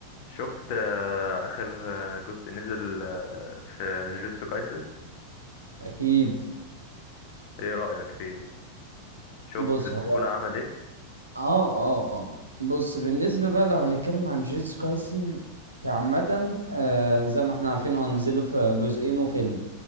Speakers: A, on the left; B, on the right.
A: شفت آه، آخر آه، جزء نزل آه، في جوجيتسو كايسن
B: اكيد
A: ايه رأيك فيه شفت
B: بص
A: سكونة
B: هو
A: عمل ايه
B: اه اه اه بص بالنسبه بقى لو هنتكلم عن جيتسو كايسن كعامه آه زي ما احنا عارفين هو نزله في جزئين وفيلم